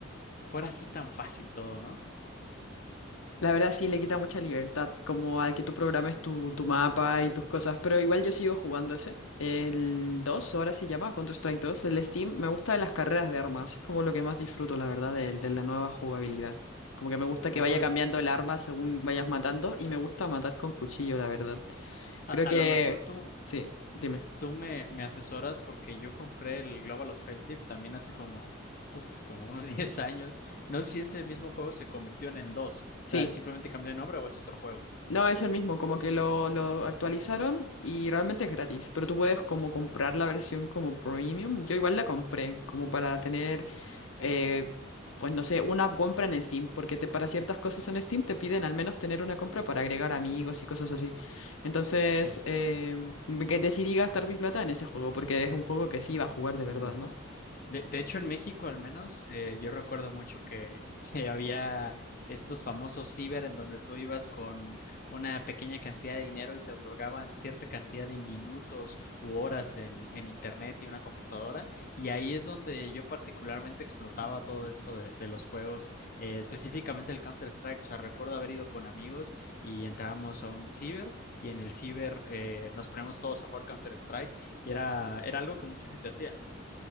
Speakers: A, on the left; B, on the left.
A: fuera así tan fácil todo, ¿no?
B: La verdad sí le quita mucha libertad, como al que tú programes tu, tu mapa y tus cosas, pero igual yo sigo jugando ese. El 2 ahora se llama Counter-Strike 2 el Steam, me gusta de las carreras de armas, es como lo que más disfruto, la verdad, de, de la nueva jugabilidad. Como que me gusta
A: Uy.
B: que vaya cambiando el arma según vayas matando y me gusta matar con cuchillo, la verdad. Creo
A: A, a
B: que...
A: lo mejor tú,
B: Sí, dime.
A: tú me, me asesoras porque yo compré el Global Offensive también hace como, uf, como unos <laughs> 10 años. No sé si ese mismo juego se convirtió en el dos
B: Sí,
A: O sea, simplemente cambió de nombre o es otro juego.
B: No, es el mismo, como que lo, lo actualizaron y realmente es gratis, pero tú puedes como comprar la versión como premium. Yo igual la compré, como para tener, eh, pues no sé, una compra en Steam, porque te, para ciertas cosas en Steam te piden al menos tener una compra para agregar amigos y cosas así. Entonces,
A: Sí.
B: eh, que decidí gastar mi plata en ese juego, porque es un juego que sí iba a jugar de verdad,
A: Ya.
B: ¿no?
A: De, de hecho, en México al menos, eh, yo recuerdo mucho que, <laughs> que había estos famosos ciber en donde tú ibas con una pequeña cantidad de dinero y te otorgaban cierta cantidad de minutos u horas en, en internet y una computadora. Y ahí es donde yo particularmente explotaba todo esto de, de los juegos, eh, específicamente el Counter-Strike. O sea, recuerdo haber ido con amigos y entrábamos a un ciber y en el ciber eh, nos poníamos todos a jugar Counter-Strike y era, era algo que mucha gente hacía.